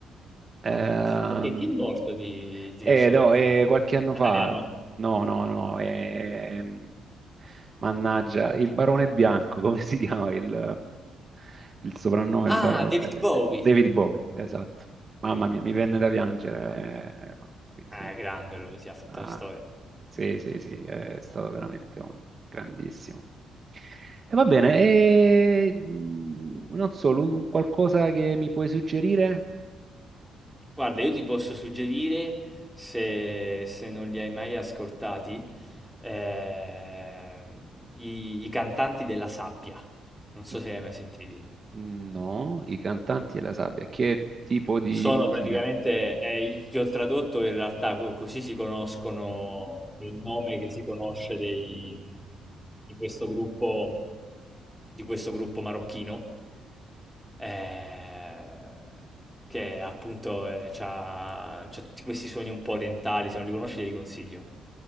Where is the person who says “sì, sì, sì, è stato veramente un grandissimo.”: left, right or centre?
Right